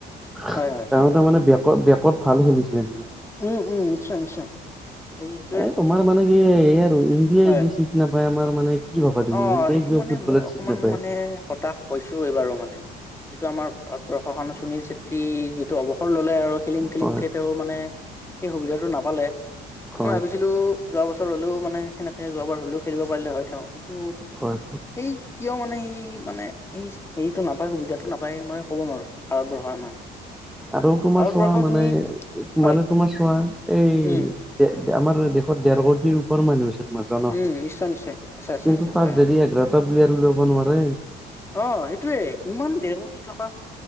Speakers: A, in the centre; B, on the left.
A: ত
B: হয় হয়
A: তাৰ মানে বেকত বেকত ভাল খেলিছিলে মানে
B: উম উম নিশ্চয় নিশ্চয় সেইটোৱে
A: এই তোমাৰ মানে কি এই আৰু ইণ্ডিয়ে
B: হয়
A: য নাপ আমাৰ মানে কি ভাবা তুমি
B: অ
A: ইণ্ডিয়াই
B: সেইটো
A: কিয়
B: মানে
A: ফুটবলত
B: মোৰ অকমান
A: চিট নাপায়?
B: মানে হতাশ হৈছো এইবাৰু মানে যিটো আমাৰ ভাৰতবৰ্ষ কাৰ সুনীল চেত্ৰী যিহেতটো অৱসৰ ললে আৰু খেলিম খেলিমকে
A: হয়
B: তেওঁ মানে সেই সুবিধাটো নাপালে।
A: হয়
B: মই ভাবিছিলো যোৱা বছৰ হলেও মানে সেনেকে যোৱাবাৰ হলও খেলিব পাৰিলে হয় তেওঁ ত'
A: হয়
B: এই কিয় মানে স কি মানে হেৰিতটো নাপায় সুবিধাতটো নাপায় মই ক'ব নোৱাৰো ভাৰতবৰ্ষই আমাৰ
A: আদৌ তুমাৰ
B: ভাৰতবৰ্ষ
A: চোৱা মানে
B: তুমি হয়
A: মানে তোমাৰ চোৱা এই
B: উম
A: আমাৰ দেশত ডেৰ কোটিৰ ওপৰ মানুহ আছে তোমাৰ জনসংখ্যা
B: উম নিশ্চয় নিশ্চয় আছে আছে
A: কিন্তু
B: আ
A: তাত
B: হয় হয়
A: যদি এঘাৰটা প্লেয়াৰ ওলিয়াব নোৱাৰে
B: আহ সেইটোৱেই ইমান ডেৰ কোটি থকা